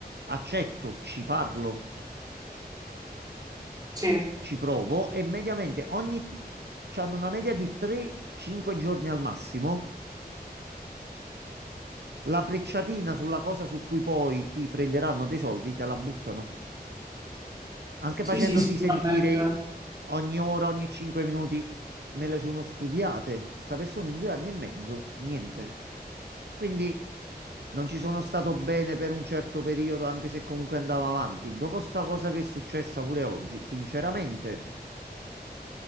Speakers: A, on the right; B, on the right.
A: Accetto, ci parlo,
B: Sì,
A: ci provo e mediamente ogni... hanno una media di 3-5 giorni al massimo La frecciatina sulla cosa su cui poi ti prenderanno dei soldi, te la buttano. Anche
B: sì,
A: facendosi
B: sì, sicuramente.
A: sentire ogni ora, ogni cinque minuti, me le sono studiate. Sta persona in due anni e mezzo, niente. Quindi non ci sono stato bene per un certo periodo, anche se comunque andava avanti. Dopo sta cosa che è successa pure oggi, sinceramente,